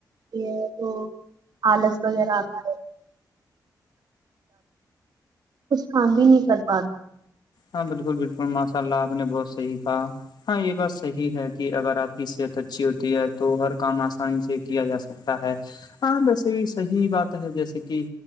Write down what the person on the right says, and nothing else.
یہ تو آلس وغیرہ آتا رہے کام بھی نہیں کر پاتے